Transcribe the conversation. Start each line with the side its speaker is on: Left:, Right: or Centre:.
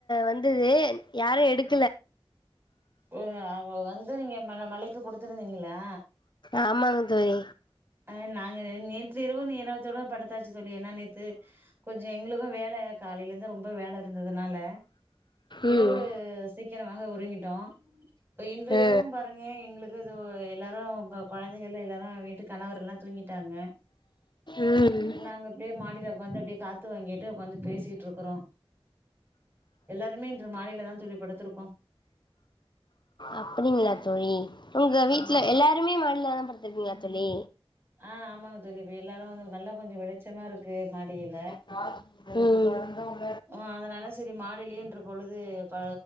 Left: வந்தது யாரும் எடுக்
Right: ஒ வந்து நீங்க மழ மழைக்கு குடுத்துருந்தீங்களா
Left: ஆமாங்க தோழி
Right: அ நாங்க நேற்று இரவு நேரத்தோட படுத்தாச்சு தோழி ஏன்னா நேத்து கொஞ்ச எங்களுக்கு வேல காலையில இருந்து ரொம்ப வேல இருந்ததுனால இரவு
Left: ம்
Right: சீக்கிரமாக உறங்கிட்டோ இப்ப இன்று
Left: ஆ
Right: இரவு பாருங்க எங்களுக் இதோ எல்லாரு கொழந்தைகள் எல்லாரு வீட்டு கணவர் எல்லா தூங்கிட்டாங்க
Left: ம்
Right: நாங்க இப்டியே மாடியில உக்காந்து அப்டியே காத்து வாங்கிட்டு உக்காந்து பேசிட்டு இருக்குறோ எல்லாருமே இன்று மாடில தா தோழி படுத்திருக்கோ
Left: அப்படிங்களா தோழி உங்க வீட்ல
Right: ஆமா
Left: எல்லாருமே மாடிலதா படுத்துருக்கீங்களா தோழி
Right: ஆ ஆமாங்க தோழி இப்ப எல்லாரு வந்து நல்லா கொஞ்ச வெளிச்சமா இருக்கு மாடியில
Left: ம்
Right: அ அதனால சரி மாடிலே இன்ற பொழுது ப